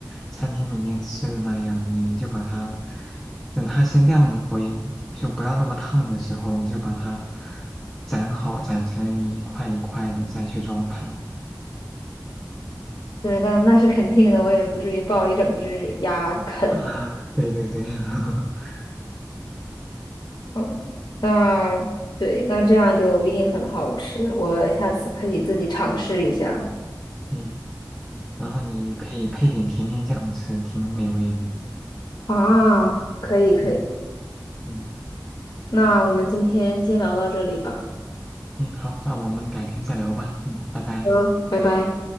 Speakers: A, in the centre; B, on the left.
A: 餐厅里面吃的那样，你就把它等它先晾一会，就不要那么烫的时候，你就把它斩好，斩成一块一块的再去装盘。
B: 对，那那是肯定的，我也不至于抱一整只鸭啃。
A: <laughs> 啊，对对对，<laughs>
B: 嗯，那对，那这样就一定很好吃，我下次可以自己尝试一下。
A: 嗯，然后你可以配点甜面酱吃，挺美味的。
B: 啊，可以可以，
A: 嗯嗯
B: 那我们今天先聊到这里吧。
A: 嗯，好，那我们改天再聊吧。嗯，拜拜。
B: 嗯，拜拜。